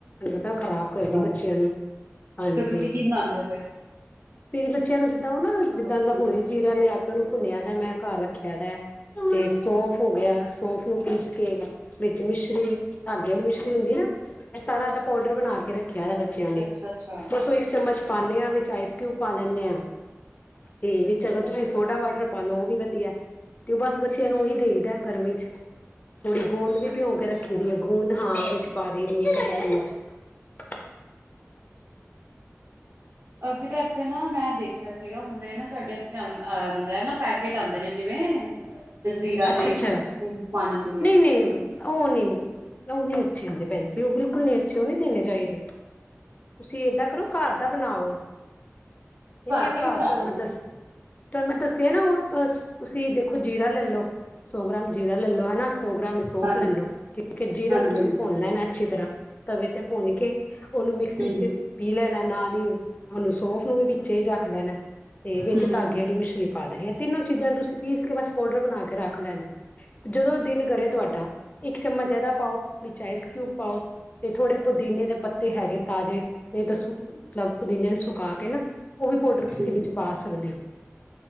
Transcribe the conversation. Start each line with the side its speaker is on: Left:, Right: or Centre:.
Left: ਪਤਾ ਖ਼ਰਾਬ ਕਰਦੀ
Right: ਹੈ
Left: ਬੱਚਿਆਂ ਨੂੰ। ਹਾਂਜੀ।
Right: ਤੇ ਤੁਸੀਂ ਕੀ ਬਣਾਉਂਦੇ ਹੋ ਫੇਰ?
Left: ਫੇਰੀ ਬੱਚਿਆਂ ਨੂੰ ਜਿੱਦਾਂ ਉਹ ਨਾ <unintelligible> ਜਿੱਦਾਂ ਲਹੋਰੀ ਜੀਰਾ ਲਿਆ ਕੇ, ਉਹਨੂੰ ਭੁੰਨਿਆ ਦਾ, ਮੈਂ ਘਰ ਰੱਖਿਆ ਰਿਆ ਤੇ ਸੌਫ ਹੋ ਗਿਆ, ਸੌਫ ਨੂੰ ਪੀਸ ਕੇ, ਵਿੱਚ ਮਿਸ਼ਰੀ ਧਾਗੇ ਵਾਲੀ ਮਿਸ਼ਰੀ ਹੁੰਦੀ ਨਾ, ਇਹ ਸਾਰਾ ਇਹਦਾ ਪਾਊਡਰ ਬਣਾ ਕੇ ਰੱਖਿਆ ਬੱਚਿਆਂ ਲਈ,
Right: ਅੱਛਾ ਅੱਛਾ
Left: ਬਸ ਓ ਇੱਕ ਚਮਚ ਪਾਨੇਆਂ ਵਿੱਚ, ਆਈਸਕਊਬ ਪਾ ਲੈਂਨੇ ਆ। ਤੇ ਵਿੱਚ ਅਗਰ ਤੁਸੀਂ ਸੋਡਾ ਵਾਟਰ ਪਾ ਲਓ, ਉਹ ਵੀ ਵਧੀਆ, ਤੇ ਉਹ ਬਸ ਬੱਚਿਆਂ ਨੂੰ ਉਹੀ ਦੇਈਦੈ ਗਰਮੀ ਚ। ਥੋੜੀ ਗੂੰਦ ਵੀ
Right: ਅੱਛਾ
Left: ਭਿਉਂ ਕੇ
Right: ਅੱਛਾ
Left: ਰੱਖੀ ਦੀ ਹੈ, ਗੂੰਦ ਹਾਂ ਵਿੱਚ ਪਾ ਦਈ ਦੀਏ ਇੱਕ, ਅਦਾ ਚੑਮਚ। <inaudible>
Right: ਅਸੀਂ ਤਾਂ ਇੱਥੇ ਨਾ ਮੈਂ ਦੇਖਿਆ <inaudible> ਸੀਗਾ ਹੁਣੇ ਨਾ ਸਾਡੇ ਇੱਥੇ ਅ- ਅ - <unintelligible> ਹੁੰਦੈ ਨਾ, ਪੈਕੇਟ ਆਂਦੇ ਨੇ ਜਿਵੇਂ ਜਲਜੀਰਾ
Left: ਅੱਛਾ-ਅੱਛਾ,
Right: ਦੇ ਪਾਣੀ ਦੇ
Left: ਨਹੀਂ- ਨਹੀਂ, ਉਹ ਨਹੀਂ, ਉਹ ਨਹੀਂ ਅੱਛੇ ਹੁੰਦੇ ਪੇਨਜੀ ਬਿਲਕੁਲ। ਓਹ ਨਹੀ ਅੱਛੇ! ਉਹ ਨਹੀਂ ਦੇਣੇ ਚਾਹੀਦੇ ਤੁਸੀਂ ਏਦਾਂ ਕਰੋ ਘਾਰ ਦਾ ਬਣਾਓ, ਇਹਨ
Right: ਕਿਵੇਂ
Left: ਘਰ
Right: ਬਣਾਉਂਦੇ
Left: ਤੁਹਾਨੂੰ ਮੈਂ
Right: ਹੋ ਤੁਸੀਂ?
Left: ਦੱਸ ਤੁਹਾਨੂੰ ਮੈਂ ਦੱਸਿਆ ਨਾ ਉਹ ਤੁਸੀਂ ਜੀਰਾ ਲੈ ਲੋ, ਸੌ ਗ੍ਰਾਮ ਜੀਰਾ ਲੈ ਲੋ ਹੇਨਾ ਸੌ ਗ੍ਰਾਮ ਈ ਸੌਂਫ
Right: ਹਾਂਜੀ
Left: ਲੇ ਲੋ। ਠੀਕ ਏ, ਜੀਰੇ
Right: ਹਾਂਜੀ
Left: ਨੂੰ ਤੁਸੀਂ
Right: ਹਾਂਜੀ
Left: ਭੁੰਨ ਲੈਨਾ ਅੱਛੀ ਤਰ੍ਹਾਂ ਤਵੇ ਤੇ ਭੁੰਨ ਕੇ, ਉਹਨੂੰ ਮਿਕਸੀ
Right: ਹਮ
Left: ਚ ਪੀ ਲੈਨਾ ਨਾਲ ਹੀ ਉਹਨੂੰ ਸੌਂਫ ਨੂੰ ਵੀ- ਵਿਚੇ ਈ ਰੱਖ ਲੈਨਾਏ। ਤੇ ਵਿੱਚ
Right: ਹਮ
Left: ਧਾਗੇ ਵਾਲੀ ਮਿਸ਼ਰੀ ਪਾ ਦੇਨੀ। ਅ ਤਿੰਨੋ ਚੀਜ਼ਾਂ ਨੂੰ ਤੁਸੀਂ ਪੀਸ ਕੇ ਬਸ ਪਾਊਡਰ ਬਨਾ ਕੇ ਰੱਖ ਲੈਨਾਏ। ਜਦੋਂ ਦਿਲ ਕਰੇ ਤੁਹਾਡਾ, ਇੱਕ ਚਮਚ ਇਹਦਾ ਪਾਓ ਵਿਚ ਆਈਸਕਿਊਬ ਪਾਓ, ਤੇ ਥੋੜੇ ਪੁਦੀਨੇ ਦੇ ਪੱਤੇ ਹੈਗੇ ਤਾਜ਼ੇ ਨਈ ਤਾਂ ਸੁ ਮਤਲਬ ਪੁਦੀਨੇ ਨੂੰ ਸੁਕਾ ਕੇ ਨਾ- ਉਹ ਵੀ ਪੋਡਰ ਤੁਸੀ
Right: ਹਮ
Left: ਵਿੱਚ ਪਾ ਸਕਦੇ ਓ।